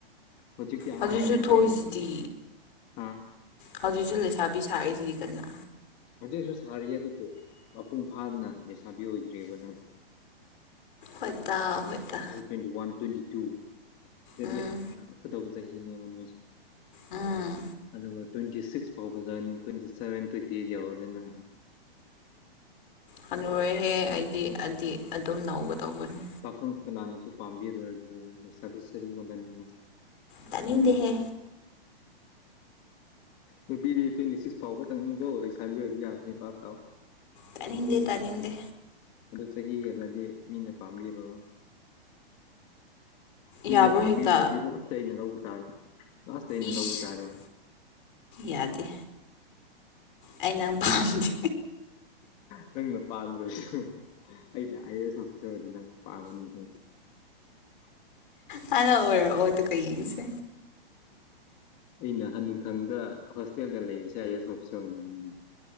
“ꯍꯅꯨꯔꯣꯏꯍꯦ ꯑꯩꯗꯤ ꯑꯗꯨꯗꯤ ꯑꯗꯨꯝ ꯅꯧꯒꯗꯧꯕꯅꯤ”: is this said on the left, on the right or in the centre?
Left